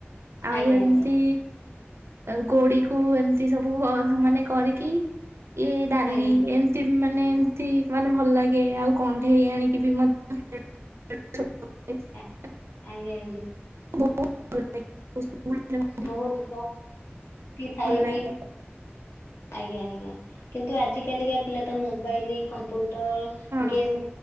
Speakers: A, on the right; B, on the left.
A: ଆଉ
B: ଆଜ୍ଞା
A: ଏମତି
B: ଆଜ୍ଞା
A: ଆଉ ଗୋଡି କୁ ଏମିତି ସବୁ ମାନେ କରିକି ଇଏ ଡାଲି
B: ଆଜ୍ଞା
A: ଏମତି ମାନେ ଏମିତି ମାନେ ଭଲ ଲାଗେ ଆଉ କଣ୍ଢେଇ ଆଣିକି ବି ମଧ୍ୟ <unintelligible>
B: ଆ- ଆଜ୍ଞା ଆଜ୍ଞା।
A: ବହୁତ <unintelligible> କଉ <unintelligible>
B: ବହୁତ <unintelligible> ଥାଏ
A: ଲାଗେ
B: ବି। ଆଜ୍ଞା ଆଜ୍ଞା କିନ୍ତୁ ଆଜି କାଲିକା ପିଲା ତ ମୋବାଇଲ କମ୍ପୁଟ ର
A: ହଁ
B: ଗେମ୍